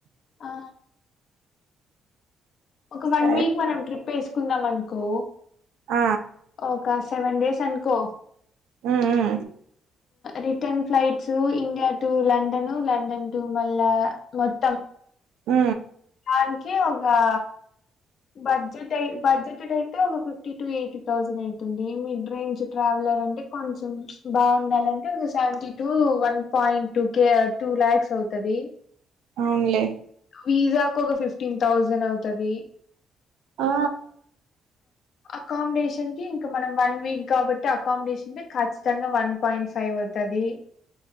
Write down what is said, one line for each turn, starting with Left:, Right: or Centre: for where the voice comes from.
Left: ఆ ఒక వన్
Right: సరే
Left: వీక్ మనం ట్రిప్ వేసుకుందాం అనుకో
Right: ఆ
Left: ఒక సెవెన్ డేస్ అనుకో
Right: ఆ ఆ
Left: return flights India to London London to మళ్ళా మొత్తం
Right: ఉ
Left: ధానికీ ఉగా బడ్జెట్ బడ్జెట్ అయితే ఒక ఫిఫ్టీ టు ఎయిటీ థౌసండ్ అయితుంది మిడ్ రేంజ్ ట్రావెల్ కొంచం బాండాలంటే seventy two one point two K to lakhs సౌతది
Right: అవునులే
Left: వీజాకు ఒక ఫిఫ్టీన్ థౌజండ్ అవుతది
Right: ఆ
Left: అకామిడేషన్ కి ఇంకా మనం వన్ వీక్ కాబట్టి అకామిడేషన్ ఖచ్చితంగా వన్ పాయింట్ ఫైవ్ అవుతది అది